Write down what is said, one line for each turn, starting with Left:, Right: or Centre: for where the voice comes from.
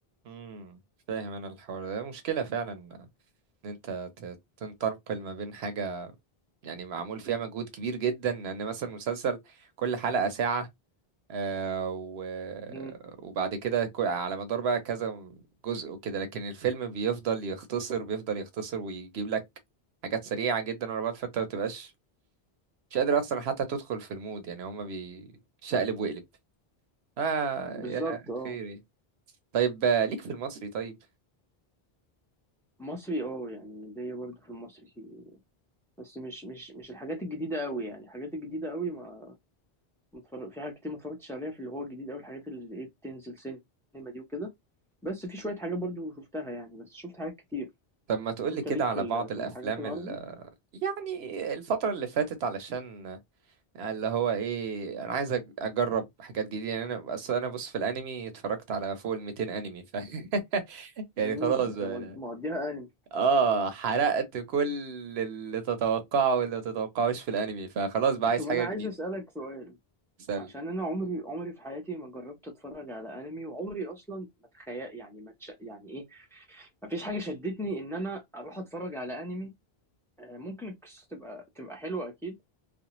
Right: امم فاهم انا الحوار ده مشكلة فعلا ان انت ت- تنتقل ما بين حاجة يعني معمول فيها مجهود كبير جدا ان مثلا مسلسل كل حلقة ساعة آه، و...
Centre: مم.
Right: وبعد كده كو- على مدار بقى كذا جزء وكده لكن الفيلم بيفضل يختصر بيفضل يختصر ويجيب لك حاجات سريعة جدا ورا بعض فانت ما بتبقاش مش قادر اصلا حتى تدخل في المود يعني هما بيشقلب وقلب اه
Centre: بالظبط
Right: يا
Centre: اه
Right: خيري طيب آه، ليك في المصري طيب
Centre: مصري اه يعني ليا برضه في المصري بس مش مش مش الحاجات الجديدة قوي يعني الحاجات الجديدة قوي ما متفرج في حاجات كتير ما اتفرجتش عليها في اللي هو الجديد قوي الحاجات اللي ايه بتنزل سينما دي وكده بس في شوية حاجات برضه شفتها يعني بس شفت حاجات كتير
Right: طب ما تقولي
Centre: انت
Right: كده
Centre: ليك
Right: على
Centre: في ال-
Right: بعض الافلام
Centre: في الحاجات العربي
Right: ال... يعني الفترة اللي فاتت علشان يعني اللي هو ايه انا عايز أج- اجرب حاجات جديده يعني انا بس انا بص في الانمي اتفرجت على فوق ال 200 انمي ف <laughs> يعني
Centre: امم
Right: خلاص
Centre: انت
Right: بقى
Centre: مود-
Right: أنا.
Centre: موديها انمي
Right: اه حرقت كل اللي تتوقعه واللي ما تتوقعوش في الانمي فخلاص بقى عايز
Centre: طب انا
Right: حاجه
Centre: عايز
Right: جديده
Centre: اسألك سؤال
Right: سل
Centre: عشان انا عمري عمري في حياتي ما جربت اتفرج على انمي وعمري اصلا ما تخيل يعني ما تش... يعني ايه ما فيش حاجة شدتني ان انا اروح اتفرج على انمي آه، ممكن القصة تبقى تبقى حلوة أكيد